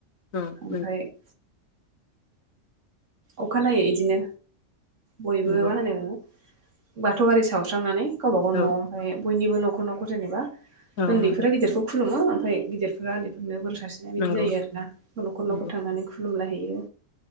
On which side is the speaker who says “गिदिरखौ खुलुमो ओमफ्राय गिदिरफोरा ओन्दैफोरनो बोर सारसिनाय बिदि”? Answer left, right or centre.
Right